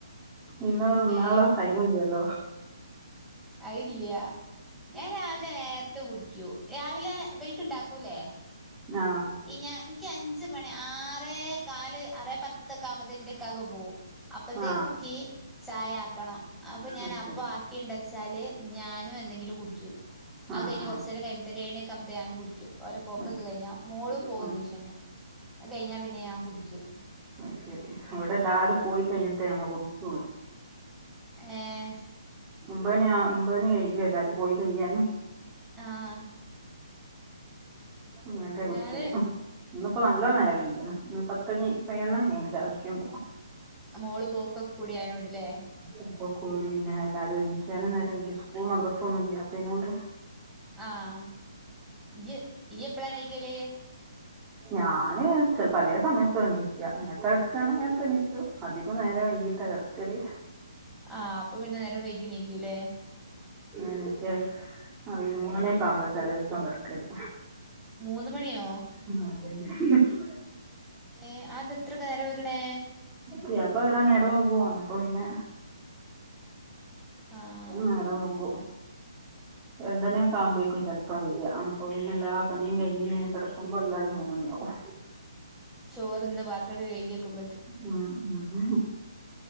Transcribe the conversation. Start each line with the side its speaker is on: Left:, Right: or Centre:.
Right: ഇന്നാ
Centre: ഏ
Right: നാള്ള ടൈമൂല്ലല്ലോ
Centre: അയില്ല്യാ ഞാൻ രാവിലെ നേരത്തെ കുടിക്കും രാവിലെ ബൽക്ക്ണ്ടാക്കൂല്ലേ
Right: ആഹ്
Centre: ഞ അഞ്ചു മണി ആറേകാല് ആറേ പത്തൊക്കെ ആകുമോത്തിന് ൻ്റെകാക്ക പോകും അപ്പത്തേക്കും
Right: ആ
Centre: കീ ചായാക്കണം അപ്പൊ ഞാൻ
Right: അത്
Centre: അപ്പ
Right: ശരി
Centre: ബാക്കിണ്ടച്ചാൽ ഞാനും എന്തെങ്കിലും കുടിക്കും അത്
Right: ആ
Centre: കഴിഞ്ഞി കൊറച്ചേര
Right: ആ
Centre: കയ്യുമ്പോത്തിന് എഴണിക്കുമ്പോത് ഞാനും കുടിക്കും ഓലെ പോക്കക്കെ
Right: അത് ശരി
Centre: കഴിഞ്ഞാൽ ഓളും പോകും
Right: ആ
Centre: ട്യൂഷന് കഴിഞ്ഞാ പിന്നെ ഞാൻ കുടിക്കും
Right: ഐശരി വിടെ എല്ലാരും പോയി കഴിഞ്ഞിട്ടേ ഞമ്മ കുട്ച്ചൊള്ളു
Centre: ഏഹ്
Right: ഒമ്പേണി ഒമ്പേണി കയ്യും എല്ലാരും പോയി കയ്യാൻ
Centre: ആഹ്
Right: അങ്ങനൊക്കെ കുടിക്കിയല്
Centre: ഞാന്
Right: ഇന്നിപ്പോ നല്ല
Centre: ഏഹ്
Right: നേരം വൈകിണ് പത്തണി പതിനൊന്നണി ആയിണ് ചായടിക്കുംബം
Centre: മോള് പോക്കൊ കൂടിയാനോടല്ലേ
Right: ഇ കൂടി പിന്നെ എല്ലാരും എണീക്ക നേരം എനി സ്കൂളും മദ്രസും ഒന്നുല്ലാതനോണ്ട്
Centre: ആഹ് ജ് യപ്പളാഴണീക്കല്
Right: ഞാന് പലേ സമയതൊണീക്ക നേരത്തെ കടക്കാകണെങ്കി നേത്തെണീക്കും അധികം നേരെ വൈകിട്ട് കെടക്കല്
Centre: ആ അപ്പൊ പിന്നെ നേരം വൈകിണീക്കൂല്ലേ
Right: എനിച്ചെ അറിയു മൂന്നണിക്കെ കിമ്പോത്തെ കെടക്കല്
Centre: മൂന്ന് മണിയോ
Right: <unintelligible>
Centre: ഏഹ് അതന്താത്രൊക്കെ കാരം വെകണേ
Right: പുയാപ്ല വരാൻ നേരം ബഗും അപ്പ പിന്നെ
Centre: ആഹ്
Right: നേരം വകും രണ്ടണിക്കെ ആകുംമ്പ ചിലപ്പം വരാ അ പിന്നെ എല്ലാ പണിം കഴിഞി കിടക്കുമ്പോ എന്തായാലും മൂന്നണിആകും
Centre: ചോറിന്ന് പത്രൊക്കെ കഴകി വെക്കും
Right: ഉം ഉം